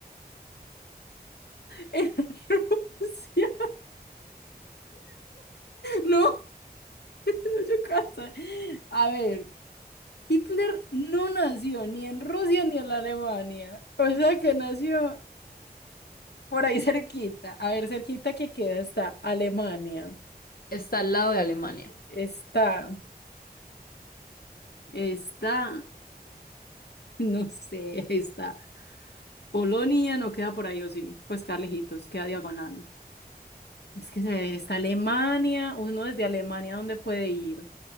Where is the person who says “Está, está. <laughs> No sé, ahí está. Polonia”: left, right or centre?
Left